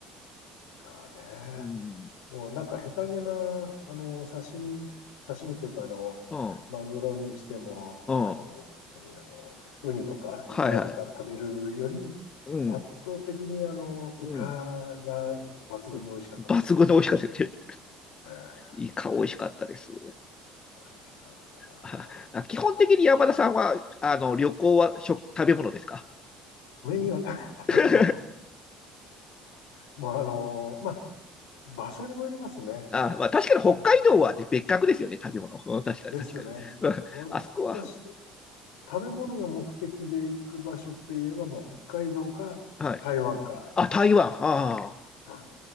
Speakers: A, on the left; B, on the left.
A: イカね。
B: うん、
A: もうなんか下手げな、あの、刺身、刺身というか、あの、
B: うん、
A: マグロにしても、
B: うん、
A: あの、何、あの、ウニとかイクラとか食べるより、
B: はいはい。うん、
A: 圧倒的にあの、
B: うん、
A: イカが抜群に美味しかったですね。
B: うん。抜群の美味しかったですね。
A: ええ
B: イカ美味しかったです。
A: 美味しかったな
B: ああ基本的に山田さんは、あの、旅行は食、食べ物ですか
A: メインは食べ食べ物で。
B: <laughs>
A: もうあの、まあ、場所にもよりますね。
B: あ、まあ、確かに北海道は、
A: あの
B: ね、別格ですよね、食べ物。うん、確かに確かに。
A: ですね。
B: うん、あそこは、
A: 私、食べ物が目的で行く場所って言えばもう北海道か台湾か。
B: はい。あ、台湾。ああ。
A: うん